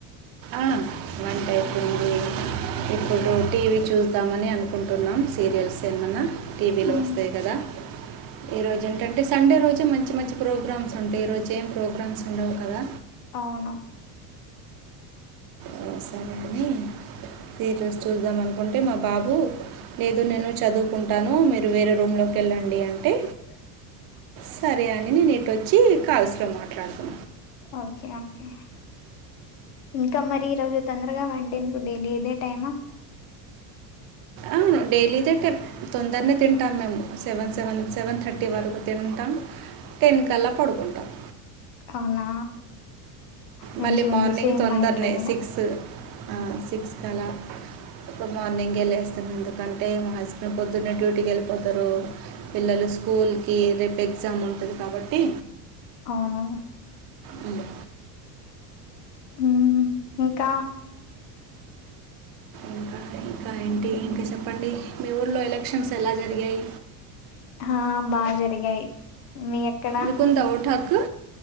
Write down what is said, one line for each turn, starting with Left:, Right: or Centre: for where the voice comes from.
Right: ఆ వంట అయిపోంది ఇప్పుడు టీవీ చూద్దామని అనుకుంట్ టున్నాం సీరియల్స్ ఏమ్ అన్నా టీవీలో
Left: ఉమ్
Right: వస్తాయి కదా ఈరోజు ఏంట అంటే సండే రోజు మంచి మంచి ప్రోగ్రామ్స్ ఉంటాయి ఈరోజు ఏం ప్రోగ్రామ్స్ ఉండవు కదా
Left: అవును
Right: ఓ సరే అని ఏ డ్రస్ చూద్దాం అనుకుంటే మా బాబు లేదు నేను చదువుకుంటాను మీరు వేరే రూమ్ లో అక్కళే అండి అంటే
Left: <unintelligible>
Right: సరే అండి నేను ఇటుొచ్చి కాల్స్లో మాట్లాడుతా
Left: ఓకే ఓకే ఇంకా మరి ఈరోజు తొందరగా వండింది డైలీ ఇదే టైమ్
Right: అవును డైలీ ఇదే టైం తొందరనే తింటాం మేము సెవెన్ సెవెన్ సెవెన్ థర్టీ వరకు తింటామ్ టెన్ కల్లా పడుకుంటామ్
Left: అవునా మంచిగా
Right: మళ్ళీ మార్నింగ్
Left: ఉంది సేమ్
Right: తొందర్
Left: మా ఇంట్లో
Right: నే
Left: కూడా
Right: సిక్స్ అ సిక్స్ కలా ఎప్పుడు మార్నింగే ఏ లేస్తాం ఎందుకంటే మా హస్బెండ్ పొద్దున్నే డ్యూటీకి ఎళ్ళిపోతారు పిల్లలు స్కూల్కి రేపు ఎగ్జామ్ ఉంటుంది కాబట్టి
Left: అవును
Right: హ్మ్
Left: ఉహ్మ్ ఇకా
Right: ఇంకా ఇంకా ఏంటి ఇంకా చెప్పండి మీ ఊళ్లో ఎలక్షన్స్ ఎలా జరిగాయి
Left: హ బాగా జరిగాయి మీ ఎక్కడా
Right: మీకుందా ఓటు హక్కు